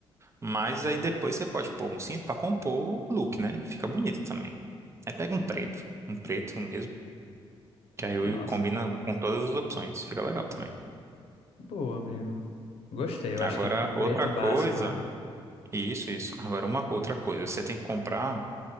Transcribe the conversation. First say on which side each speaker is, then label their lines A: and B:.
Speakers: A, on the right; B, on the left.
A: Mas aí depois você pode pôr um cinto pra compor o look, né? Fica bonito também. Aí pega um preto, um preto mesmo, que aí
B: Nossa,
A: combina com todas as opções. Fica legal também.
B: boa, amigo. Gostei. Eu
A: Agora,
B: acho que, que preto
A: outra coisa,
B: básico, né?
A: isso, isso. Agora, uma outra coisa, você tem que comprar